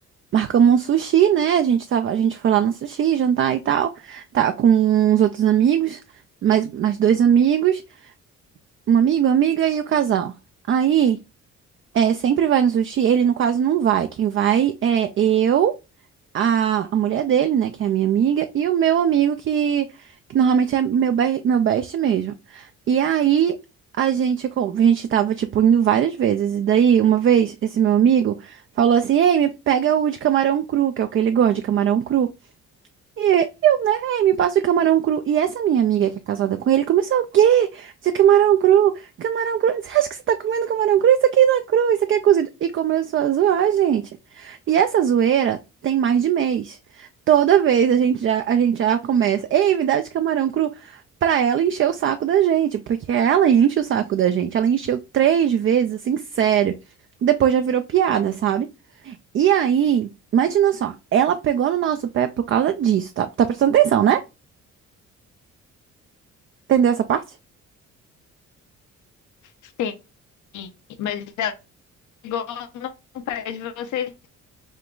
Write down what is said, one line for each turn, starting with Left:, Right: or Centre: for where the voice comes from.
Right: Marcamos um sushi, né? A gente tava, a gente foi lá no sushi, jantar e tal, tá com uns outros amigos, mais, mais dois amigos. um amigo, amiga e o casal. Aí, é, sempre vai no sushi, ele no caso não vai. Quem vai é eu, a, a mulher dele, né, que é a minha amiga, e o meu amigo, que, que normalmente é meu, be- meu best mesmo. E aí, a gente, co- a gente tava, tipo, indo várias vezes. E daí, uma vez, esse meu amigo falou assim: Ei, me pega o de camarão cru, que é o que ele gosta, de camarão cru. E eu, né, "Ei, me passa o camarão cru. E essa minha amiga que é casada com ele começou o quê? Isso é camarão cru, camarão cru. Você acha que você tá comendo camarão cru? Isso aqui não é cru, isso aqui é cozido. E começou a zoar, gente. E essa zoeira tem mais de mês. Toda vez a gente já, a gente já começa, ei, me dá de camarão cru. Pra ela encher o saco da gente, porque ela enche o saco da gente. Ela encheu três vezes, assim, sério. Depois já virou piada, sabe? E aí, imagina só, ela pegou no nosso pé por causa disso, tá? Tá prestando atenção, né? Entendeu essa parte?
Left: Sim, mas ela chegou no pé de vocês